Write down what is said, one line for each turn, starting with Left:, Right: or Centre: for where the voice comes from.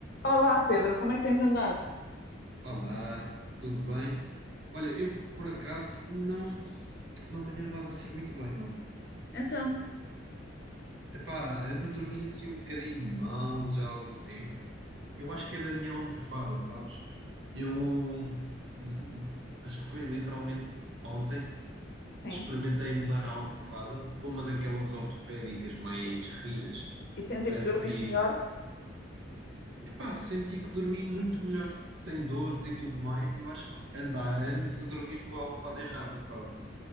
Left: Olá, Pedro, como é que tens andado?
Right: Olá, tudo bem? Olha, eu por acaso não, não tenho andado assim muito bem, não.
Left: Então,
Right: Epá, ando a dormir assim um bocadinho mal já há algum tempo. Eu acho que é da minha almofada, sabes? Eu hum, acho que foi literalmente ontem
Left: sim.
Right: experimentei mudar a almofada para uma daquelas ortopédicas mais
Left: E,
Right: rijas.
Left: e sentes
Right: Parece
Left: que dormiste
Right: que tem.
Left: melhor?
Right: Epá, senti que dormi muito melhor, sem dores e tudo mais. Eu acho que ando há anos a dormir com a almofada errada, sabes?